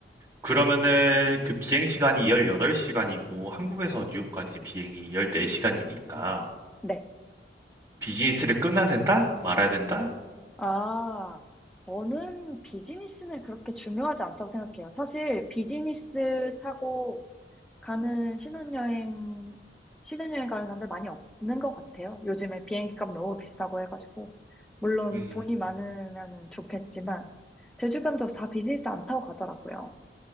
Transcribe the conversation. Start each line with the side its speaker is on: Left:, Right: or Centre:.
Right: 그러면은 그 비행 시간이 18시간이고, 한국에서 뉴욕까지 비행이 14시간이니까,
Centre: 네.
Right: 비즈니스를 끊어야 된다? 말아야 된다?
Centre: 아, 저는 비즈니스는 그렇게 중요하지 않다고 생각해요. 사실 비즈니스 타고 가는 신혼여행, 신혼여행 가는 사람들 많이 없는 것 같아요. 요즘에 비행기 값 너무 비싸고 해가지고. 물론
Right: 음.
Centre: 돈이 많으면 좋겠지만, 제 주변도 다 비즈니스 안 타고 가더라고요.